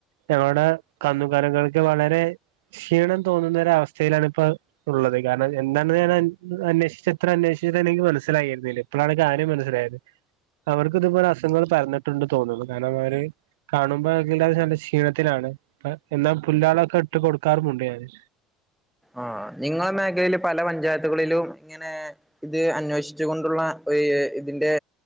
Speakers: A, on the right; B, in the centre.
A: ഞങ്ങളുടെ കന്നുകാലുകൾക്ക് വളരെ ക്ഷീണം തോന്നുന്നര അവസ്ഥയിലാണ് ഇപ്പോ ഉള്ളത് കാരണം എന്താണ്ന്ന് ഞാൻ അന്വേഷിച്ച ഇത്ര അന്വേഷിച്ച എനിക്ക് മനസ്സിലായിരുന്നില്ല ഇപ്പളാണ് കാര്യം മനസ്സിലായത് അവർക്ക് ഇതുപോലെ അസുങ്ങൾ പരന്നിട്ടുണ്ട് തോന്ന്ണ് കാരണം അവര് കാണുമ്പോ അത് നല്ല ക്ഷീണത്തിലാണ് ഇപ്പ എന്നാ പുല്ലാളൊക്കെ ഇട്ട് കൊടുക്കാറുമുണ്ട് ഞാന്
B: ആഹ് നിങ്ങളെ മേഖലയില് പല പഞ്ചായത്തുകളിലും ഇങ്ങനെ ഇത് അന്വേഷ് കൊണ്ടുള്ള ഒര് ഇതിന്റെ